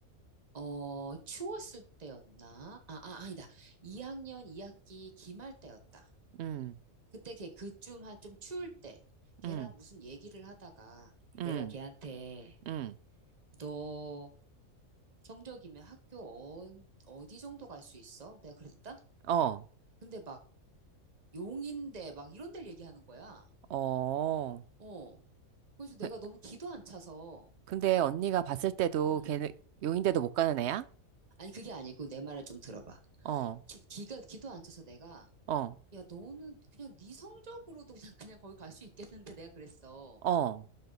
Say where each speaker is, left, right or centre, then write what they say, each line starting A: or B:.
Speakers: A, on the right; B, on the right.
A: 어, 추웠을 때였나? 아, 아, 아니다. 2학년 2학기 기말 때였다.
B: 음.
A: 그때 걔 그쯤 한 좀 추울 때 걔랑
B: 음.
A: 무슨 얘기를 하다가
B: 음.
A: 내가 걔한테
B: 음.
A: 너 성적이면 학교 어, 어디 정도 갈 수 있어? 내가 그랬다?
B: 어.
A: 근데 막 용인대 막 이런 데를 얘기하는 거야.
B: 어.
A: 어. 그래서 내가
B: 그-
A: 너무 기도 안 차서
B: 근데 언니가 봤을 때도
A: 음.
B: 걔는 용인대도 못 가는 애야?
A: 아니 그게 아니고 내 말을 좀 들어봐.
B: 어.
A: 기, 기가 기도 안 차서 내가
B: 어.
A: 야, 너는 그냥 네 성적으로도 그냥 그냥 거기 갈 수 있겠는데 내가 그랬어.
B: 어.